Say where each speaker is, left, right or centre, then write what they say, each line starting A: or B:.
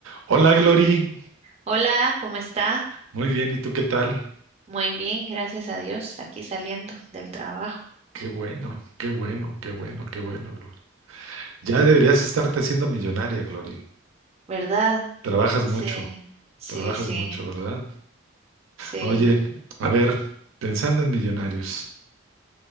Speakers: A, on the right; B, on the right.
A: Hola, Glory.
B: Hola, ¿cómo está?
A: Muy bien, ¿y tú qué tal?
B: Muy bien, gracias a Dios, aquí saliendo del trabajo,
A: Qué bueno, qué bueno, qué bueno, qué bueno, Glory. Ya deberías estarte haciendo millonaria, Glory.
B: ¿verdad?
A: Trabajas
B: Sí,
A: mucho,
B: sí,
A: trabajas
B: sí,
A: mucho, ¿verdad?
B: sí,
A: Oye, a ver, pensando en millonarios.